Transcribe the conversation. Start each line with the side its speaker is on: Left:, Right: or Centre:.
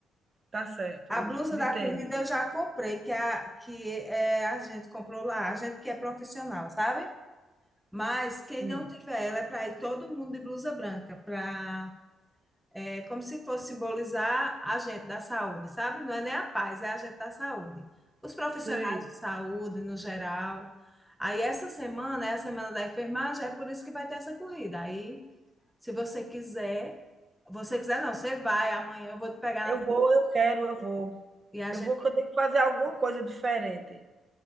Right: Tá certo.
Centre: A
Right: E
Centre: blusa
Right: de
Centre: da
Right: tênis.
Centre: corrida eu já comprei, que, é a, que é, a gente comprou lá, a gente que é profissional, sabe? Mas
Right: Sim,
Centre: quem não tiver ela é para ir todo mundo de blusa branca, para é, como se fosse simbolizar a gente da saúde, sabe? Não é nem a paz, é a gente da saúde. Os profissionais
Right: sei.
Centre: de saúde, no geral. Aí essa semana é a semana da enfermagem, é por isso que vai ter essa corrida. Aí, se você quiser, você quiser não, você vai amanhã, eu vou te pegar
Right: Eu
Centre: na,
Right: vou, eu quero, eu vou.
Centre: e a
Right: Eu
Centre: gente
Right: vou, porque eu tenho que fazer alguma coisa diferente.